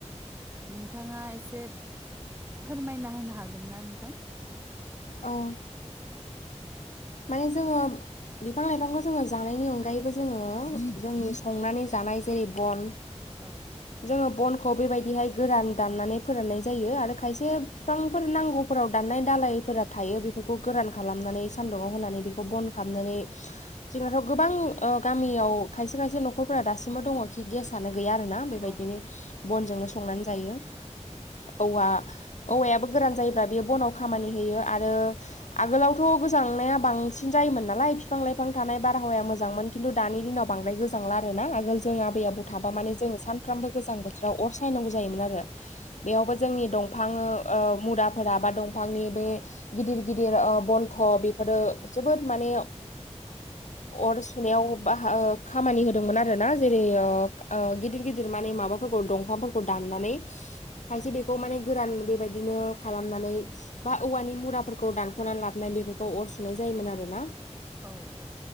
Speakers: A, on the right (about 20°); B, on the left (about 85°).
A: नोंथाङा एसे फोरमायना होनो हागोन ना नोंथां?
B: औ
A: औ
B: माने जोङो बिफां लाइफांखौ जोङो जानायनि अनगायैबो जोङो जोंनि संनानै जानाय जेरै बन
A: औ
B: जोङो बनखौ बेबायदिहाय गोरान दाननानै फोराननाय जायो आरो खायसे बिफांफोर नांगौफोराव दाननाय दालाय फोर थायो बेफोरखौ गोरान खालामनानै सान्दुुङाव होनानै बेखौ बन खालामनानै जोंनाथ' गोबां गामियाव खायसे खायसे न'खरफोरा दासिमबो दङ खि गेसानो गैया आरोना। बेबायदिनो
A: औ अ औ
B: बनजोंनो संनानै जायो। औवा औवायाबो गोरान जायोब्ला बेयो बनाव खामानि होयो। आरो आगोलावथ' गोजांनाया बांसिन जायोमोन नालाय बिफां लाइफां थानाय बारहावाया मोजांमोन। खिन्थु दानि दिनाव बांद्राय गोजांला आरो ना। आगोल जों आबै आबौ थाबा मान जों सानफ्रामबो गोजांबोथोराव अर सायनांगौ जायोमोन आरो। बेयावबो जोंनि दंफां मुराफोरा बा दंफांनि बे गिदिर गिदिर ओ बन्थ' बेफोरो जोबोद माने अर सुनायाव बा- हो- खामानि होदोंमोन आरो ना जेरै गिदिर गिदिर माने माबा दंफांफोरखौ दाननानै खायसे बेखौ माने गोरान बेबायदिनो खालामनानै बा औवानि मुराफोरखौ दानफ'नानै लाबोन बेफोरखौ अर सुनाय जायोमोन आरो ना।
A: औ औ